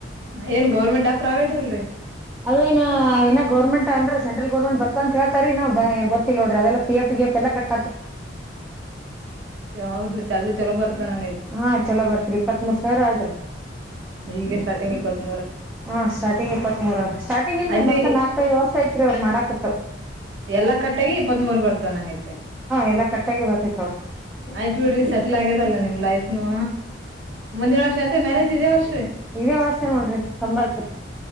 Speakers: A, on the right; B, in the centre.
A: ಏನ್ ಗೌರ್ಮೆಂಟ್ಾ ಪ್ರೈವೇಟ್ ಅಲ್ರರಿ
B: ಅದೇಏ ಇ ಗರ್ೆಂಟ್ ಅನ್್ರ ಸೆಂಟಲ್ ಗರ್ಮೆಂಟ್ ಬರ್ತ ಅಂತ ಹೇತಾರೆ ಇ ಏ ಗೊತ್ತಿಲ್ಲ ನೋಡ್ರ ಅದೆಲ್ಲ ಪ ಎಫ ಪಿ ಎಫ ಎಲ್ಲ ಕಟ್ಟ
A: ಯಾವದ್ರೀ ಸಲ್ ಚಲೋ ಬರ್ತ ನಂಗ
B: ಹಾ ಚಲೋ ಬರ್ತ್ರಿ ಇಪ್ಪತ್ ಮೂರ್ ಸಾವಿರ ಆಯ್ತ್ರಿ
A: ಹೀಗ ಸ್ಟಾರ್ಟಿಂಗ್ ಇಪ್ಪತ್ತು
B: ಹಾ ಸ್ಟಾರ್ಟಿಂಗ್ ಇಪ್ಪತ್ ಮೂರ ಸ್ಟಾರ್ಟಿಂಗ್ ಇಲ್ರಿ
A: ಅದ
B: ಮತ್ತ ನಾಕೈದ ವರ್ಷ ಐತ್ರಿ ಅವ್ರ ಮಾಡಾಕತ್
A: ಎಲ್ಲಾ ಕಟ್ಟೆಗೆ ಇಪ್ಪತ್ತ್ ಮೂರ್ ಬರ್ತ ನಂಗ ೈತ್ೆ
B: ಎಲ್ಲ ಕಟ್ಟಾಗಿ ಬರ್ತಿ ನೋಡ್ರಿ
A: ಆಯ್ತ್ ಬಿಡ್ರಿ ಸೆಟ್ಲ್ ಆಗ್ಯದಲ್ಲ ನಿಮ್ ಲೈಫ್ನು ಮುಂದಿನ ವರ್ಷ ಅಂದ್ರೆ ಮ್ಯಾರೇಜ್ ಇದೇ ವರ್ಷ ರೀ
B: ಇದೆ ವರ್ಷ ನೋಡ್ರಿ ಸಂಬರ್ಕ್ರೀ